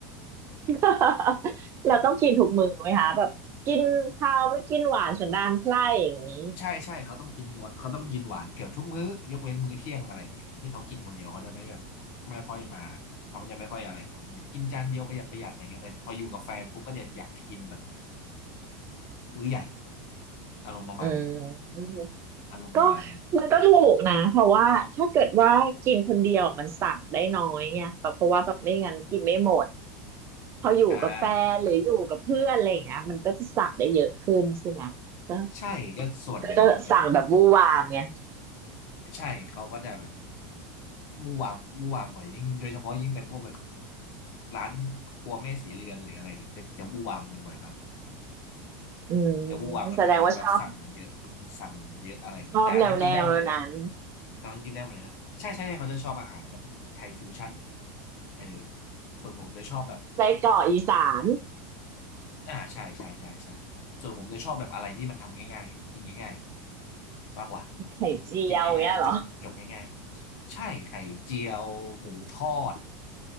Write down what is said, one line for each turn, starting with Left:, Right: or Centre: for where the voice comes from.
Right: <laughs> เราต้องกินถูกมือไหมคะแบบกินข้าวไม่กินหวานสันดานไพร่อย่างนี้
Left: ใช่ใช่เขาต้องกินหวานเขาต้องกินหวานเกือบทุกมื้อยกเว้นมื้อเที่ยงอะไรอย่างเงี้ยที่เขากินคนเดียวเขาจะไม่แบบไม่ค่อยมาเขาจะไม่ค่อยอะไรปองมนันกินจานเดียวประหยัดประหยัดอะไรเงี้ยแต่พออยู่กับแฟนปุ๊บก็จะอยากจะกินแบบมื้อใหญ่อารมณ์ประมาณนั้น
Right: อืม
Left: อารมณ์ประมาณนั้น
Right: ก็มันก็ถูกนะเพราะว่าถ้าเกิดว่ากินคนเดียวมันสั่งได้น้อยไงแบบเพราะว่าแบบไม่งั้นกินไม่หมดพออยู่กับแฟนหรืออยู่กับเพื่อนอะไรอย่างเงี้ยมันก็จะสั่งได้เยอะขึ้นใช่ไหมก็
Left: อ่าใช่ก็ส่วนหนึ่งด้วย
Right: ก็จะสั่งแบบวู่วามไง
Left: ใช่เขาก็จะแบบมู่วามมู่วามบ่อยยิ่งโดยเฉพาะยิ่งเป็นพวกแบบร้านครัวแม่สีเรือนหรืออะไรอย่างเงี้ยจะจะมู่วามกันบ่อยมาก
Right: อืม
Left: จะมู่วามกันบ่อยมากแบบสั่งเยอะ
Right: แสดงว่าชอบ
Left: สั่งเยอะอะไรอย่างเงี้ยแต่อันนั้นกินได้หมดเลยนะ
Right: ชอบแนวแนวนั้น
Left: อันนั้นกินได้หมดเลยนะใช่ใช่ใช่เขาจะชอบอาหารแบบไทยฟิวชั่นเออส่วนผมจะชอบแบบ
Right: ไส้กรอกอีสาน
Left: อ่าใช่ใช่ใช่ใช่ส่วนผมจะชอบแบบอะไรที่มันทำง่ายๆกินง่ายๆมากกว่า
Right: ไข่เจียวเงี้ยเหรอ
Left: กินง่ายๆจบจบง่ายๆใช่ไข่เจียวหมูทอด